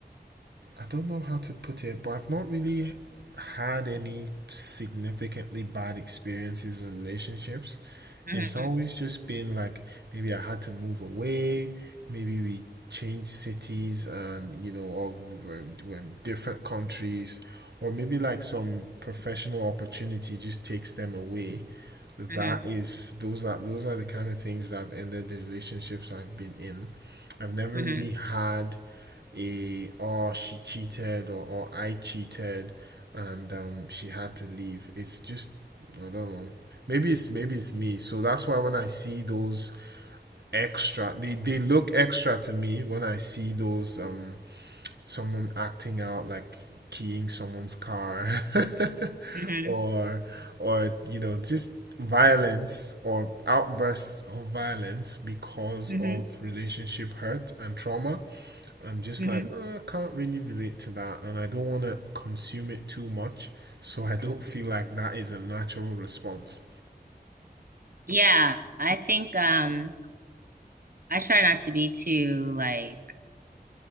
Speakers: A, on the right (about 85°); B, on the right (about 60°).
A: I don't know how to put it, but I've not really had any significantly bad experiences in relationships.
B: Mhm,
A: It's always just been like maybe I had to move away, maybe we changed cities and you know, or we were in, we're in different countries, or maybe like some professional opportunity just takes them away. That
B: mhm,
A: is, those are those are the kind of things that have ended the relationships I've been in. I've never
B: mhm,
A: really had a or she cheated or, or I cheated and um she had to leave. It's just I don't know. Maybe it's maybe it's me. So that's why when I see those extra they, they look extra to me when I see those um someone acting out like keying someone's car <laughs>
B: mhm,
A: or or you know just violence or outbursts of violence because
B: mhm,
A: of relationship hurt and trauma I'm just
B: mhm.
A: like, "Uh, I can't really relate to that, and I don't want to consume it too much, so I don't feel like that is a natural response.
B: Yeah, I think um I try not to be too like